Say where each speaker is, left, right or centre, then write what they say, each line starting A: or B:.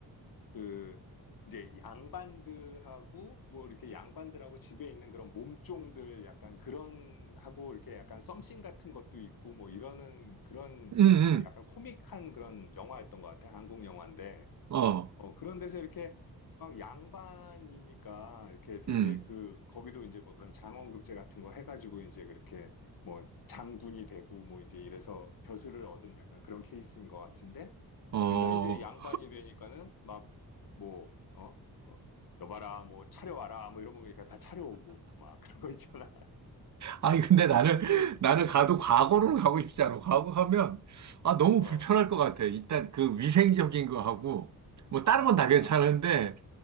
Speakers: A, on the left; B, on the right.
A: 그 이제 양반들하고 뭐 이렇게 양반들하고 집에 있는 그런 몸종들 약간 그런 하고 이렇게 약간 썸씽 같은 것도 있고 뭐 이러는 그런
B: 음,
A: 그 약간 코믹한 그런 영화였던 것 같아. 한국 영화인데.
B: 음, 어,
A: 어, 그런 데서 이렇게 막 양반이니까 이렇게 되게
B: 음,
A: 그 거기도 이제 뭐 그런 장원급제 같은 거 해가지고 이제 그렇게 뭐 장군이 되고 뭐 이제 이래서 벼슬을 얻은 약간 그런 케이스인 것 같은데
B: 어.
A: 그러니까 이제 양반이 되니까는 막 뭐, 어? 어, 여봐라, 뭐 차려와라, 뭐 이런 거 그러니까 다 차려오고 막 <laughs> 그런 거 있잖아.
B: 아니, 근데 나는,
A: <laughs>
B: 나는 가도 과거로는 가고 싶지 않아. 과거 가면, 아, 너무
A: 어,
B: 불편할 것 같아. 일단 그 위생적인 거 하고, 뭐
A: 아,
B: 다른 건 다 괜찮은데,